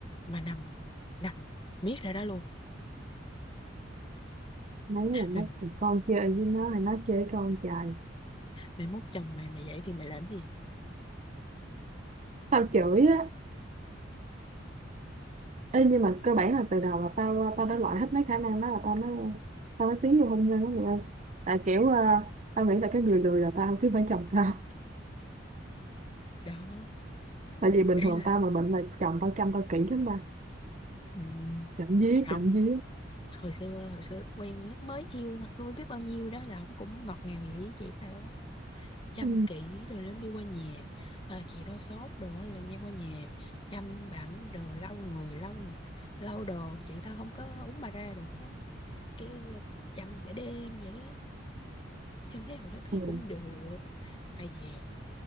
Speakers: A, on the left (about 30°); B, on the right (about 40°).
A: mà nằm nằm miết ra đó luôn
B: mấy là nó
A: mày
B: thằng con chơi với nó hay nó chơi với con trời
A: mày mốt chồng mày mày vậy thì mày làm gì
B: tao chửi á Ê, nhưng mà cơ bản là từ đầu là tao tao đã loại hết mấy khả năng đó là tao mới tao mới tiến vô hôn nhân đó mẹ ơi tại kiểu ờ, tao nghĩ là cái người lười là tao chứ không phải chồng tao
A: đó
B: tại vì bình
A: ý
B: thường
A: là
B: tao mà bệnh là chồng tao chăm tao kỹ lắm mà
A: ừm,
B: chậm dí
A: không
B: chậm dí
A: hồi xưa hồi xưa lúc quen lúc mới yêu thật vui biết bao nhiêu đó là ổng cũng ngọt ngào vậy với chị tao đó chăm
B: ừ.
A: kỹ rồi lắm đi qua nhà à, chị tao sốt đồ á là nha qua nhà chăm bảm đồ lau người lau lau đồ chị tao không có uống bà ra được á cái ờ, chăm cả đêm vậy đó chăm thấy hồi đó thấy
B: Ừ.
A: cũng được ai về